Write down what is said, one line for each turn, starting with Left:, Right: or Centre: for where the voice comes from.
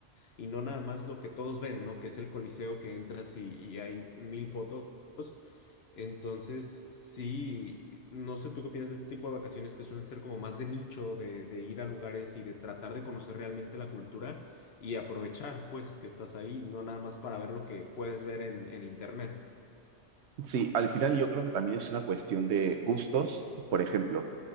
Left: y no nada más lo que todos ven, ¿no? Que es el Coliseo que entras y, y hay mil fotos. Entonces, sí, no sé tú qué piensas de este tipo de vacaciones que suelen ser como más de nicho, de, de ir a lugares y de tratar de conocer realmente la cultura y aprovechar, pues, que estás ahí, no nada más para ver lo que puedes ver en, en internet.
Right: Sí, al final yo creo que también es una cuestión de gustos. Por ejemplo,